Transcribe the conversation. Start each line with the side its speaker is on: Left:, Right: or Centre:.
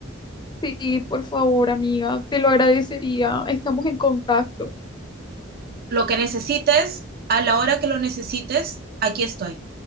Left: sí, por favor, amiga, te lo agradecería. Estamos en contacto.
Right: Lo que necesites, a la hora que lo necesites, aquí estoy.